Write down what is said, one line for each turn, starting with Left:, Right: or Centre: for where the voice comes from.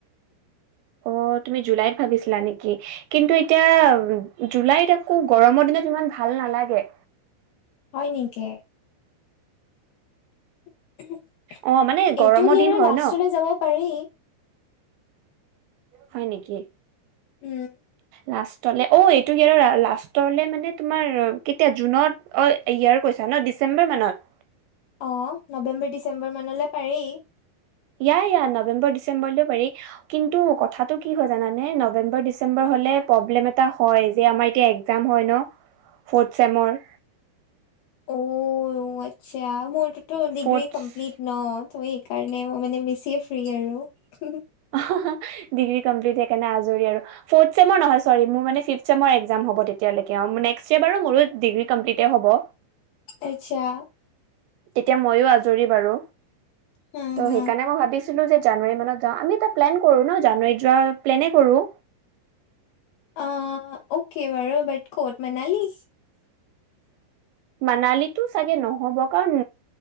Right: অ তুমি জুলাইত। ভাৱিছিলা নেকি কিন্তু এতিয়া জুলাইত আকৌ গৰমৰ দিনত ইমান ভাল নালাগে।
Left: হয় নিকে। এইটো
Right: অ', মানে গৰমৰ
Left: ইয়েৰত
Right: দিন হয়
Left: লাষ্টলৈ
Right: ন
Left: যাব পাৰি।
Right: হয় নেকি
Left: উম,
Right: লাষ্টলে অ এইটো ইয়েৰত লা লাষ্ট টৰলে মানে তোমাৰ কিতিয়া জুনত অ ইয়েৰ কৈছা ন ডিচেম্বৰ মানত।
Left: অ নৱেম্বৰ ডিচেম্বৰ মানলে পাৰি।
Right: ইয়াই ইয়া নৱেম্বৰ ডিচেম্বৰলৈও পাৰি কিন্তু কথাটো কি হয় জানানে নৱেম্বৰ ডিচেম্বৰ হ'লে। এ প্ৰব্লেম এটা হয়, যে আমাৰ এতিয়া একজাম হয় ন ফৰ্ট চেমৰ।
Left: অ আচ্ছা মোৰতো তো ডিগ্ৰী
Right: ফৰ্থ
Left: কমপ্লিট ন। ত' এইকাৰণে মই মানে বেছিয়ে ফ্ৰী আৰু।
Right: হা হা ডিগ্ৰী কমপ্লিট হে কাৰণে আজৰি আৰু ফৰ্ট চেমৰ নহয় চৰি মোৰ মানে ফিফট চেমৰ এগজাম হ'ব তেতিয়ালৈকে নেক্স ইয়েৰ বাৰু মোৰো ডিগ্ৰী কমপ্লিট হ'ব।
Left: আচ্ছা।
Right: তেতিয়া মইয়ো আজৰি বাৰু
Left: হা
Right: ত'
Left: হা
Right: সেইকাৰণে মই ভাৱিছিলো যে। জানুৱাৰী মানত যাওঁ আমি এটা প্লেন কৰো ন জানুৱাৰীত যোৱা প্লেনে কৰো।
Left: অ অকে বাৰ ব কট মনালী।
Right: মানালীতো চাগে নহ'ব কাৰণ।